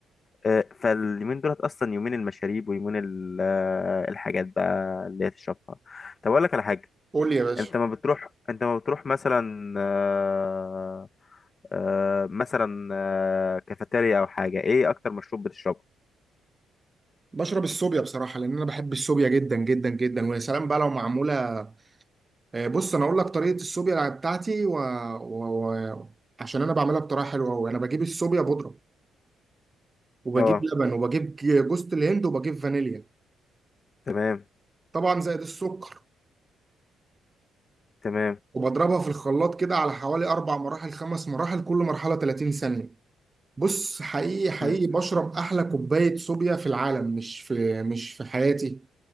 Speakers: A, on the left; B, on the right.
A: آه، فاليومين دولت اصلا يومين المشاريب ويومين ال- آه، الحاجات بقى اللي هي تشربها طب اقول لك على حاجه
B: قول لي يا باشا
A: انت ما بتروح انت ما بتروح مثلا آه، آه، مثلا آه، كافيتيريا او حاجه ايه اكتر مشروب بتشربه
B: بشرب السوبيا بصراحة لأن أنا بحب السوبيا جدا جدا جدا ويا سلام بقى لو معمولة آه، بص أنا أقول لك طريقة السوبيا بتاعتي و... و... و... عشان أنا بعملها بطريقة حلوة أوي أنا بجيب السوبيا بودرة وبجيب
A: اه
B: لبن وبجيب ج- جوز الهند وبجيب فانيليا
A: تمام
B: طبعا زائد السكر
A: تمام
B: وبضربها في الخلاط كده على حوالي أربع مراحل خمس مراحل كل مرحلة 30 ثانية بص حقيقي حقيقي
A: مم.
B: بشرب احلى كوبايه صوبيا في العالم مش في مش في حياتي